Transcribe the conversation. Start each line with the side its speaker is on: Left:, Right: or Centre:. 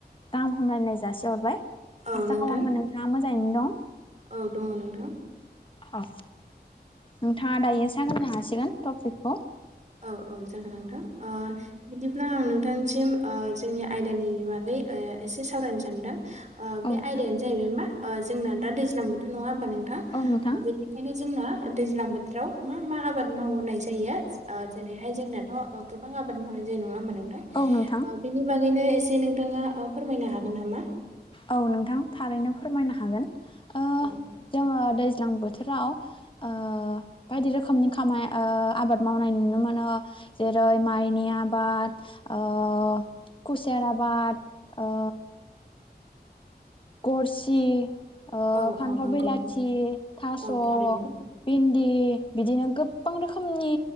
Left: गाहाम हामलायनाय जासिहरबाय
Right: औ
Left: आसा
Right: नोंथां
Left: खालामो नोंथाङा मोजाङैनो दं
Right: औ दङ नोंथां
Left: औ नोंथाङा दायो सावरायनो हासिगोन टपिकखौ
Right: औ औ जागोन नोंथां ओ बिदिब्ला आं नोंथांसिम जोंनि आयदानि बागै ओ एसे सावरायनो सानदों ओ
Left: औ
Right: बे
Left: नोंथां
Right: आयदायानो जाहैबाय मा जोंना दा दैज्लां बोथोर नङा नङा होमबा नोंथां
Left: औ नोंथां
Right: ओ बेनिखायनो जोंना दैज्लां बोथोराव मा मा आबाद मावनाय जायो ओ जेरैहाय जोंनाथ' गोबां आबाद मावनाय जानाय नङा होनबा नोंथां
Left: औ नोंथां
Right: ओ बिनि बागैनो एसे से नोंथाङा फोरमायनो हागोन नामा
Left: औ नोंथां थारैनो फोरमायनो हागोन ओ
Right: औ
Left: जोङो दैज्लां बोथोराव ओ बायदि रोखोमनि खामानि आबाद मावनाय नुनो मोनो जेरै माइनि आबाद ओ खुसेर आबाद ओ गरसि ओ
Right: औ
Left: फान्थाव
Right: औ नंगौ
Left: बिलाथि
Right: नंगौ
Left: थास'
Right: औ
Left: बि
Right: थारैनो
Left: बिनदि बिदिनो गोबां रोखोमनि